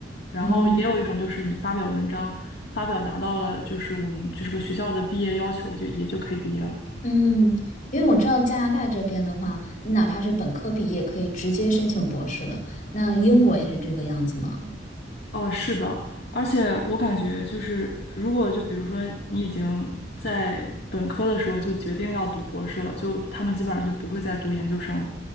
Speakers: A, on the left; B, on the left.
A: 然后也有一种就是你发表文章，
B: 嗯
A: 发表达到了就是我们就是个学校的毕业要求，就也就可以毕业了。
B: 嗯，因为我知道加拿大这边的话，你哪怕是本科毕业，可以直接申请博士的。那英国也是这个样子吗？
A: 哦，是的，而且我感觉就是，如果就比如说你已经在本科的时候就决定要读博士了，就他们基本上就不会再读研究生。